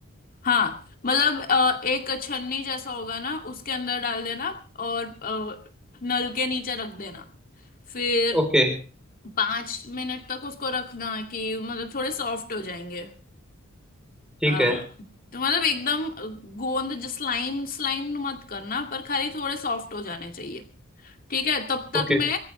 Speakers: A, on the left (about 45°); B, in the centre.
A: हाँ मतलब अ, एक छन्नी जैसा होगा ना उसके अंदर डाल देना और अ, नल के नीचे रख देना फिर
B: ओके
A: पांच मिनट तक उसको रखना कि मतलब थोड़े सॉफ्ट हो जाएंगे
B: ठीक
A: अ,
B: है
A: तो मतलब एकदम गोंद जो स्लाइम स्लाइम मत करना पर खाली थोड़े सॉफ्ट हो जाने चाहिए ठीक है तब तक
B: ओके
A: मैं